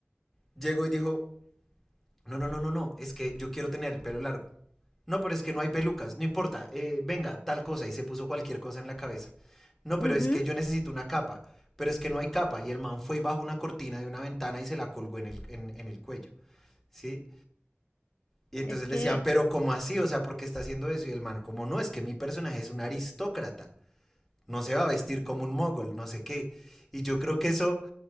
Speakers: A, in the centre; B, on the left.
A: llegó y dijo, No, no, no, no, no, es que yo quiero tener el pelo largo. No, pero es que no hay pelucas, no importa, eh, venga, tal cosa, y se puso cualquier cosa en la cabeza. No, pero
B: ujú,
A: es que yo necesito una capa, pero es que no hay capa, y el man fue y bajó una cortina de una ventana y se la colgó en el, en, en el cuello, ¿sí? Y entonces
B: Es que,
A: le decían, pero ¿cómo así? O sea, ¿por qué está haciendo eso? Y el man, como no, es que mi personaje es un aristócrata, no se va a vestir como un mogol, no sé qué. Y yo creo que eso,